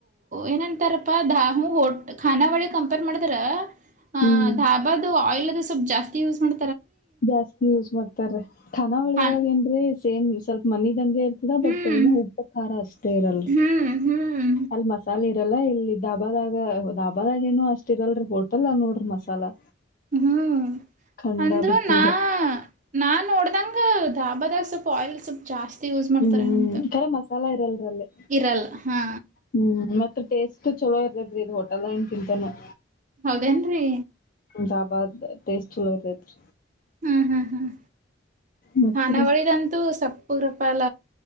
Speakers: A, on the right (about 40°); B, on the left (about 45°).
A: ಏನಂತಾರಪ್ಪ ದಾಮು ಹಟ್ ಖಾನಾವಳಿ ಕಂಪೇರ್ ಮಾಡಿದ್ರ ಹ
B: ಹ್ಮ್
A: ಧಾಬದು ಆಯಲ್ ಸ್ವಲ್ ಜಾಸ್ತಿ ಯೂಸ್ ಮಾಡ
B: ಜಾಸ್ತಿ ಯೂಸ್ ಮಾಡ್ತಾರ ಖಾನಾವಳಿಯೊಳಗೇನ್್ರೆ
A: ಹಾ
B: ಸೇಮ್ ಸ್ವಲ್ಪ ಮನದಂಗೆ ಇರ್ತದ ಬಟ್
A: ಹ್ಮ್
B: ಏ ಉಬ್ಬ ಖಾರ ಅಷ್ಟ ತೇರಲ್
A: ಹ್ಮ್ ಹ್ಮ್
B: ಅಲ್ಲಿ ಮಸಾಲೆ ಇದೆಲ್ಲಾ ಇಲ್ಲಿ ದಧಾಬಾದಾಗ ದಾಬಾದಾಗಏನು ಅಷ್ಟ ಇರಲ್ರಿ ಹೊಟಲ್ಲ ನೋಡ್ರಿ ಮಸಾಲ
A: ಹ್ಮ್
B: ಖಂಡಾಬಿಟ್ಟಿರಿ
A: ಅಂದ್ರು ನಾ ನಾ ನೋಡ್ದಂಗ ಧಾಬದ ಸ್ವಲ್ಪ ಆಯಲ್ ಸ್ಪ್ ಜಾಸ್ತಿ ಯೂಸ್ ಮಾಡ್ತಾರೆನಂತ
B: ಹ್ಮ್ ಕರೆ ಮಸಾಲ ಇರಲ್ರಲ್ಲಿ
A: ಇರಲ್ಲ ಹಾ
B: ಹ್ಮ್ ಮತ್ ಟೇಸ್ಟ್ ಚಲೋ ಇರದ್ರರಿ ಇದ್ ಹೋಟೆಲ್ಏನ್ ತಿಿಂತಾನ
A: ಹೌದೇನ್ರರಿ
B: ಜಬಾದ ಬೇಸ್ ಚಲತತ್ರಿ
A: ಹ್ಮ್ ಹ್ಮ್ ಹ್ಮ್
B: ಮತ್ರಿ
A: ಖಾನಾವಳಿ ದಂತು ಸಪ್ ಉದ್ರುಪಾಲ